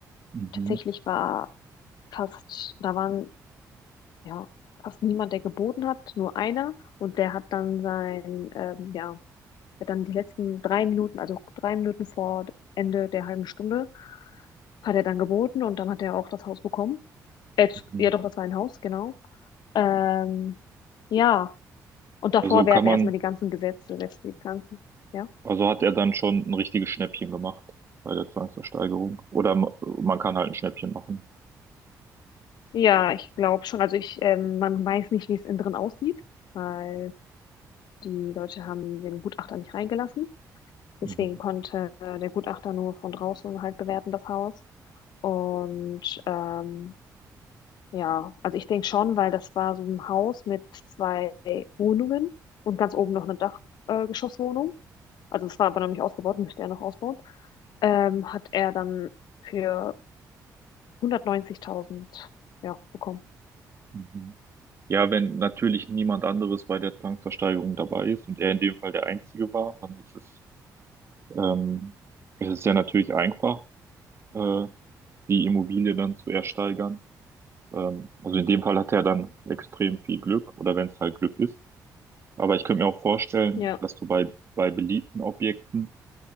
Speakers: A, on the right; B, on the left.
A: mhm,
B: Tatsächlich war fast, da waren ja, fast niemand, der geboten hat, nur einer. Und der hat dann sein, ähm, ja, der hat dann die letzten drei Minuten, also drei Minuten vor Ende der halben Stunde, hat er dann geboten und dann hat er auch das Haus bekommen. Äh,
A: mhm.
B: ja, doch, das war ein Haus, genau. Ähm, ja, und davor
A: Also
B: werden
A: kann man,
B: erstmal die ganzen Gesetze, letztlich die ganzen, ja.
A: also hat er dann schon ein richtiges Schnäppchen gemacht bei der Zwangsversteigerung. Oder ma- man kann halt ein Schnäppchen machen.
B: Ja, ich glaube schon. Also ich, ähm, man weiß nicht, wie es innen drin aussieht, weil die Leute haben den Gutachter nicht reingelassen.
A: Mhm,
B: Deswegen konnte äh, der Gutachter nur von draußen halt bewerten, das Haus. Und ähm, ja, also ich denke schon, weil das war so ein Haus mit zwei Wohnungen und ganz oben noch eine Dachgeschosswohnung. Äh, Geschosswohnung. also es war aber noch nicht ausgebaut, müsste er noch ausbauen. Ähm, hat er dann für hundertneunzigtausend ja, bekommen.
A: mhm. Ja, wenn natürlich niemand anderes bei der Zwangsversteigerung dabei ist und er in dem Fall der Einzige war, dann ist es, ähm, es ist ja natürlich einfach, äh, die Immobilie dann zu ersteigern. Ähm, also in dem Fall hat er dann extrem viel Glück oder wenn es halt Glück ist. Aber ich könnte mir auch vorstellen,
B: Ja,
A: dass du bei, bei beliebten Objekten,